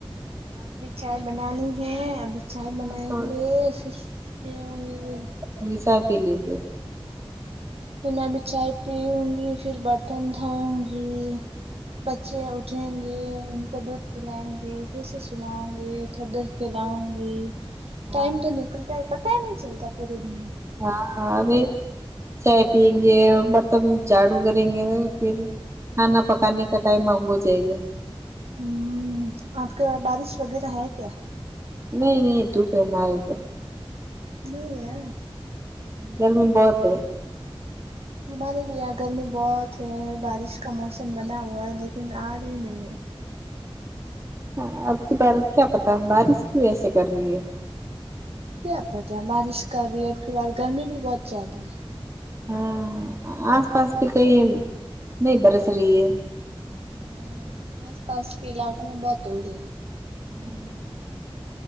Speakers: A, on the right; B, on the right.
A: ہمارے بھی چائے بنانی ہے ابھی چائے
B: ہاں
A: بنائیں
B: تو
A: گے سشتی ہونگی
B: وہیسا پی لیجئے
A: تو میں ابھی چائے پیوں گی پھر برتن دھوں گی بچے اٹھیں گے ان کو دودھ پلائیں گے پھر سے سلاؤں گے ٹھاڈر کھلاؤنگی
B: ہاں
A: ٹائم تو نکلتا ہے پتا ہی نہیں چلتا پورے دن
B: ہاں ہاں ابھی چائے پئیں گے برتن جھاڑو کریں گے پھر کھانا پکانے کا ٹائم اب ہو جائے گا
A: ہوں آپ کے وہاں بارش وغیرہ ہے کیا
B: نہیں نہیں دھوپ ہے ہمآرے تو
A: نہیں ہے
B: گرمی بہت ہے
A: ہمارے بھی یہاں گرمی بہت ہے بارش کا موسم بنا ہوا ہے لیکن آ ری نہیں ہے
B: ہاں اب کی بار کیا پتا بارش کیوں ایسے کر رہی ہے
A: کیا پتا بارش کا بھی اب کی بار گرمی بھی بہت زیادہ ہے
B: ہاں آس پاس بھی کہیں نہیں برس رہی ہے
A: ہاں آس پاس کے علاقوں میں بہت ہو رہی ہے
B: یاں